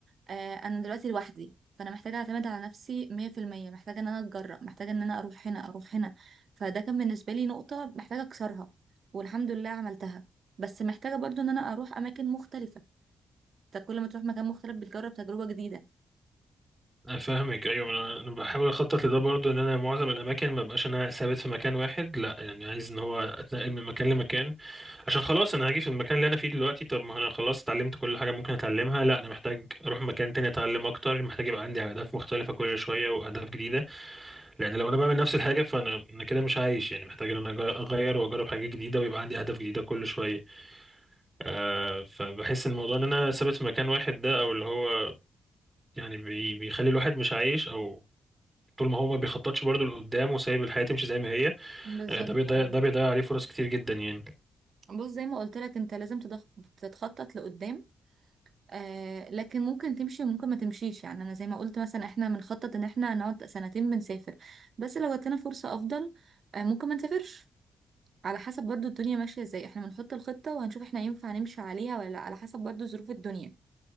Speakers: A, on the right; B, on the right.
A: آه انا دلوقتي لوحدي فانا محتاجه اعتمد على نفسي 100% محتاجه ان انا اتجرأ محتاجه ان انا اروح هنا اروح هنا فده كان بالنسبه لي نقطه محتاجه اكسرها والحمد لله عملتها بس محتاجه برضو ان انا اروح اماكن مختلفه انت كل ما تروح مكان مختلف بتجرب تجربه جديده
B: انا فاهمك ايوه انا أنا بحاول اخطط لده برضو ان انا معظم الاماكن ما بقاش انا ثابت في مكان واحد لا يعني عايز ان هو اتنقل من مكان لمكان عشان خلاص انا هاجي في المكان اللي انا فيه دلوقتي طب ما انا خلاص اتعلمت كل حاجة ممكن اتعلمها لا انا محتاج اروح مكان تاني اتعلم اكتر محتاج يبقى عندي اهداف مختلفة كل شوية واهداف جديدة لان لو انا بعمل نفس الحاجه فانا انا كده مش عايش يعني محتاج ان انا أج- اغير واجرب حاجات جديده ويبقى عندي اهداف جديده كل شويه آه فبحس ان الموضوع ان انا ثابت في مكان واحد ده او اللي هو يعني بي بيخلي الواحد مش عايش او طول ما هو ما بيخططش برضه لقدام وسايب الحياه تمشي زي ما هي
A: بالظبط
B: آه ده بيضيع
A: اه
B: ده بيضيع عليه فرص كتير جدا يعني
A: بص زي ما قلت لك انت لازم تضخ... تتخطط لقدام آه لكن ممكن تمشي وممكن ما تمشيش يعني انا زي ما قلت مثلا احنا بنخطط ان احنا نقعد سنتين بنسافر بس لو جات لنا فرصه افضل آه ممكن ما نسافرش على حسب برضو الدنيا ماشية ازاي احنا بنحط الخطة وهنشوف احنا ينفع نمشي عليها ولا لا على حسب برضو ظروف الدنيا